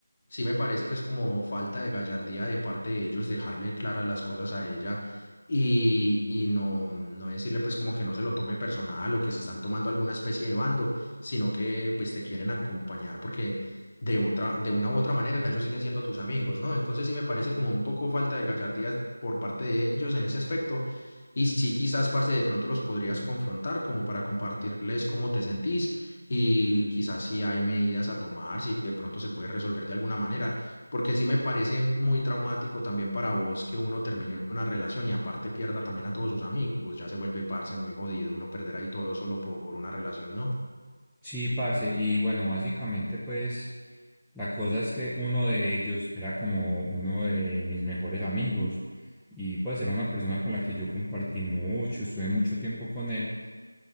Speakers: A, on the left; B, in the centre.
A: sí me parece pues como falta de gallardía de parte de ellos dejarle claras las cosas a ella y, y no, no decirle pues como que no se lo tome personal o que están tomando alguna especie de bando, sino que pues te quieren acompañar porque de otra, de una u otra manera ellos siguen siendo tus amigos, ¿no? Entonces sí me parece como un poco falta de gallardía por parte de ellos en ese aspecto y sí, quizás, parce, de pronto los podrías confrontar como para compartirles cómo te sentís y quizás si hay medidas a tomar, si de pronto se puede resolver de alguna manera, porque sí me parece muy traumático también para vos que uno termine una relación y aparte pierda también a todos sus amigos, ya se vuelve, parce, muy jodido uno perder ahí todo solo por una relación, ¿no?
B: Sí, parce, y bueno, básicamente pues la cosa es que uno de ellos era como uno de mis mejores amigos y pues era una persona con la que yo compartí mucho, estuve mucho tiempo con él.